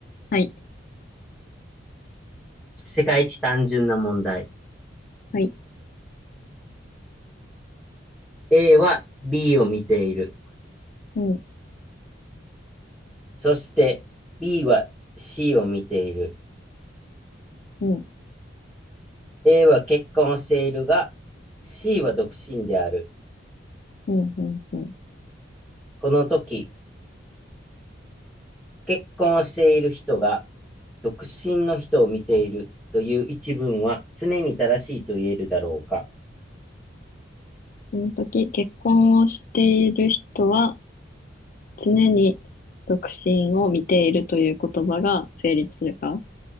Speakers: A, on the left (about 45°); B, in the centre.
A: はい。
B: 世界一単純な問題。
A: はい。
B: A は B を見ている。
A: うん、
B: そして B は C を見ている。
A: うん、
B: A は結婚をしているが、C は独身である。
A: うん、うん、うん。
B: この時、結婚している人が独身の人を見ているという一文は常に正しいと言えるだろうか。
A: その時、結婚をしている人は常に独身を見ているという言葉が成立するか